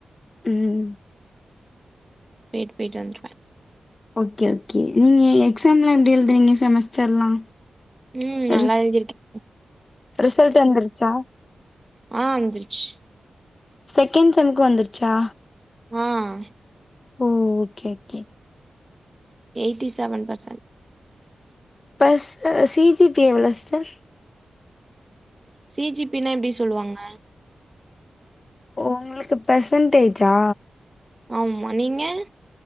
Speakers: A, on the left; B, on the right.
A: ம்
B: பேய்ட் பேய்ட் வந்துருவே
A: ஓகே ஒகே நீங்க எக்ஸாம்லா எப்டி எழுதுனிங்க செமஸ்டர்ல்லா
B: ம் நல்லா
A: ரி
B: எழுதிருக்கே
A: ரிசல்ட் வந்தருச்சா
B: அ வந்திரிச்சு
A: செகண்ட் செம்க்கு வந்துருச்சா
B: அ
A: ஒ okay okay
B: eighty seven percent
A: பஸ் சி ஜி பி எவ்ளோ சிஸ்டர்
B: சி ஜி பி னா எப்டி சொல்லுவாங்க
A: உங்களுக்கு பெர்சன்டேஜா
B: ஆமா நீங்க